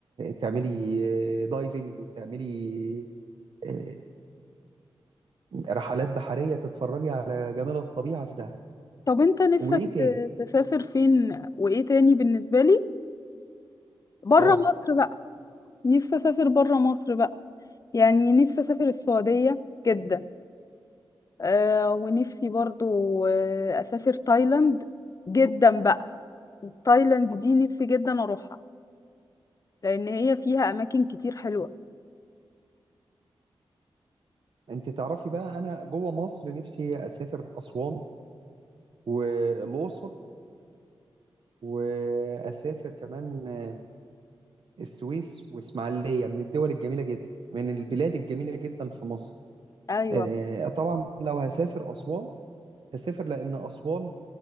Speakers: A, on the right (about 60°); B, on the left (about 35°).
A: تعملي دايفنج وتعملي آه، رحلات بحرية تتفرجي على جمال الطبيعة في دهب
B: طب انت نفسك
A: وإيه تاني؟
B: ت- تسافر فين وايه تاني بالنسبة لي بره
A: آه
B: مصر بقى نفسي اسافر بره مصر بقى يعني نفسي اسافر السعودية جدا آه ونفسي برضو آه أسافر تايلاند جدا بقى تايلاند دي نفسي جدا أروحها لأن هي فيها أماكن كتير حلوة
A: أنت تعرفي بقى أنا جوه مصر نفسي أسافر أسوان والأقصر وأسافر كمان آه، السويس وإسماعيلية من الدول الجميلة جدا من البلاد الجميلة جدا في مصر
B: أيوة
A: آه، طبعا لو هسافر أسوان هسافر لأن أسوان